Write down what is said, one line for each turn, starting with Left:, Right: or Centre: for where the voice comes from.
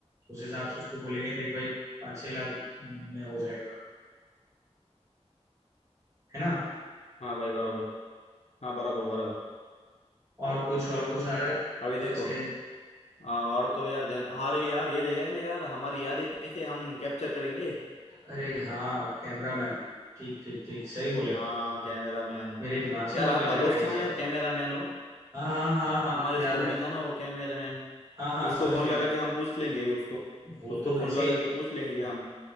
Right: उस हिसाब से उसको बोलेंगे देख भाई पाँच छह लाख में हो जाएगा है ना
Left: हाँ भाई बराबर हाँ बराबर बराबर
Right: और कुछ और कुछ आ रहा है तो
Left: अभी देखो
Right: ऐसे
Left: हाँ, और तो यार ध्यान अरे यार ये रह गए ना यार हमारी यादें कैसे हम कैप्चर करेंगे
Right: अरे हाँ कैमरामैन ठीक ठीक ठीक सही बोले आप
Left: हाँ कैमरा मैन
Right: मेरे दिमाग से
Left: यार
Right: ही निकल
Left: आपका
Right: जा
Left: दोस्त
Right: रहा है ये
Left: था ना
Right: सब
Left: यार
Right: तो
Left: कैमरा मैन हो
Right: हाँ हाँ हाँ हाँ
Left: हमारे
Right: याद
Left: स्कूल
Right: है
Left: में था ना वो कैमरामैन
Right: हाँ हाँ
Left: उसको
Right: समझ
Left: फोन
Right: गया
Left: लगा
Right: मैं
Left: के हम पूछ लेंगे उसको
Right: वो
Left: उसको
Right: तो वैसे
Left: फोन लगा के पूछ लेंगे हम